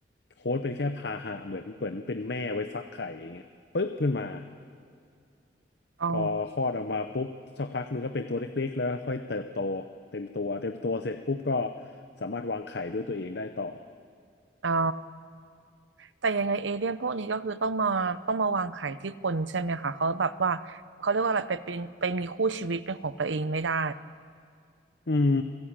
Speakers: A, on the left (about 60°); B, on the right (about 80°).
A: โฮสต์เป็นแค่พาหะเหมือนเหมือนเป็นแม่ไว้ฟักไข่อย่างเงี้ยปุ๊บขึ้นมา
B: อ๋อ
A: พอคลอดออกมาปุ๊บสักพักหนึ่งก็เป็นตัวเล็กๆแล้วค่อยเติบโตเต็มตัวเต็มตัวเสร็จปุ๊บก็สามารถวางไข่ด้วยตัวเองได้ต่อ
B: อ๋อ แต่ยังไงเอเลี่ยนพวกนี้ก็คือต้องมาต้องมาวางไข่ที่คนใช่ไหมคะเขาแบบว่าเขาเรียกว่าอะไรไปเป็นไปมีคู่ชีวิตเป็นของตัวเองไม่ได้
A: อืม